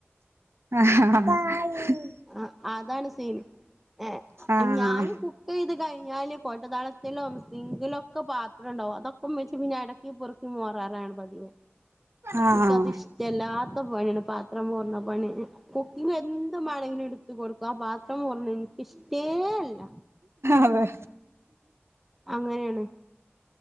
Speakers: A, on the right; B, in the centre.
A: ആഹ
B: ആ അതാണ് സീൻ ഏ
A: ആഹ്
B: ഞാനും കുക്ക് ചെയ്ത് കയ് ഞ്ഞാല് കൊട്ടതളത്തിലും, സിങ്കിലും ഒക്കെ പാത്രംണ്ടാവും അതൊക്കെ ഇമ്മച്ചി പിന്നെ അടക്കി പൊറക്കി മോറാറാണ് പതിവ്
A: ആഹ്
B: ഇൻക്കതിഷ്ട്ടല്ലാ ത്ത പണിയാണ് പാത്രം മോർണ പണി കുക്കിംഗ്‌ എന്ത് മാണെങ്കിലും ഇടുത്തു കൊടുക്കും ആ പാത്രം മോർണെ ഇൻക്കിഷ്ട്ടേ അല്ല
A: അതെ
B: അങ്ങനെയാണ്